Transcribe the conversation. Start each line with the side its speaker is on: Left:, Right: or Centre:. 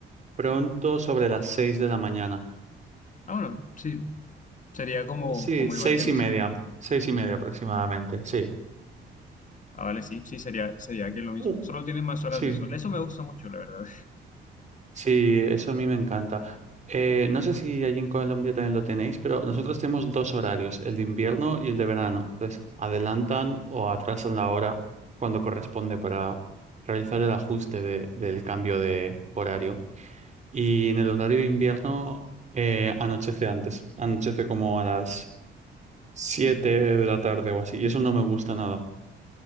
Right: pronto sobre las 6 de la mañana.
Left: Ah, bueno, sí, sería como,
Right: Sí,
Left: como
Right: seis
Left: igual que nosotros.
Right: y media, seis y media aproximadamente, sí.
Left: Ah, vale, sí, sí, sería, sería que lo mismo.
Right: Uh,
Left: Solo tienen más horas
Right: sí,
Left: de sol. Eso me gusta mucho, la verdad.
Right: Sí, eso a mí me encanta. Eh, no sé si allí en Colombia también lo tenéis, pero nosotros tenemos dos horarios, el de invierno y el de verano. Entonces, adelantan o atrasan la hora cuando corresponde para realizar el ajuste de- del cambio de horario. Y en el horario de invierno eh, anochece antes, anochece como a las 7 de la tarde o así, y eso no me gusta nada.